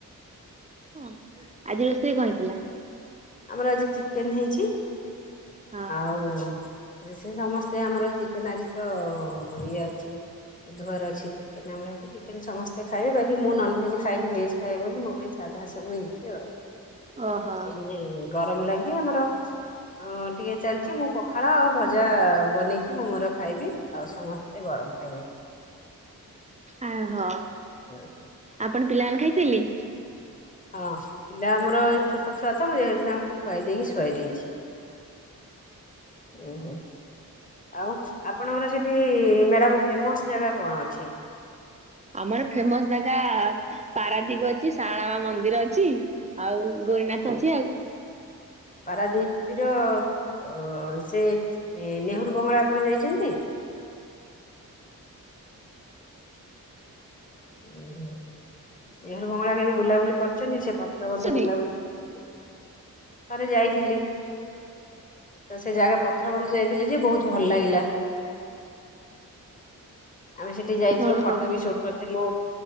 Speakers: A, on the right (about 20°); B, on the left (about 20°).
A: ହଁ ଆଜି ରୋଷେଇ କଣ ହେଇଥିଲା?
B: ଆମର ଆଜି ଚିକେନ ହେଇଛି।
A: ହଁ।
B: ହଉ ସେ ସମସ୍ତେ ଆମର ଚିକେନ ଆଜି ତ ଇଏ ଅଛି। ବୁଧବାର ଅଛି ଚିକେନ୍ ଆମର ହେଇଛି ଚିକ୍ ଚିକେନ୍ ସମସ୍ତେ ଖାଇବେ ବାକି ମୁଁ ନନଭେଜ୍ ଖାଏନି ଭେଜ୍ ଖାଏ ବୋଲି ମୋ ପାଇଁ ସାଧା ସବୁ ହେଇଛି ଆଉ।
A: ଓହୋଃ।
B: ହୁଁ ଗରମ ଲାଗି ଆମର ଅ ଟିକେ ଚାଲିଛି ମୁଁ ପ ଖାଳ ଆଉ ଭଜା ବନେଇଛି ମୁଁ ମୋର ଖାଇବି ଆଉ ସମସ୍ତେ ଗରମ ଖାଇବେ।
A: ଆୟ ହ।
B: ହୁଁ।
A: ଆପଣ ପିଲାମାନେ ଖାଇସାଇଲେ?
B: ହଁ ପିଲା ଆମର ଛୋଟ ଛୁଆ ତ ମୁଁ ଯେହେତୁ ତାଙ୍କୁ ଖୁଆଇ ଦେଇକି ଶୁଆଇ ଦେଇଛି। ଉଁ ହୁଁ। ଆଉ ଆପଣଙ୍କର ସେଠି ମ୍ୟାଡ଼ାମ ଫେମସ୍ ଜାଗା କଣ ଅଛି?
A: ଆମର ଫେମସ ଜାଗା ପାରାଦୀପ ଅଛି ସାଳମା ମନ୍ଦିର ଅଛି। ଆଉ ଗୌରିନାଥ ଅଛି ଆଉ।
B: ପାରାଦୀପୀର ଅ ସେ ନେହରୁ ବଙ୍ଗଳା ଆପଣ ଯାଇଛନ୍ତି? ଓ ନେହେରୁ ବଙ୍ଗଳା କେବେ ବୁଲାବୁଲି କରିଛନ୍ତି? ସେ ପଥର
A: ଆସିଛନ୍ତି?
B: ବନ୍ଧ ବୁଲାବୁଲି କରିଛନ୍ତି? ଥରେ ଯାଇଥିଲି। ତ ସେ ଜାଗା ପଥର ବନ୍ଧ ଯାଇଥିଲି ଯେ ବହୁତ ଭଲ ଲାଗିଲା। ଆମେ ସେଠି ଯାଇଥିଲୁ
A: ହଁ
B: ଫଟୋ
A: ହଁ
B: ବି ସୁଟ କରିଥିଲୁ।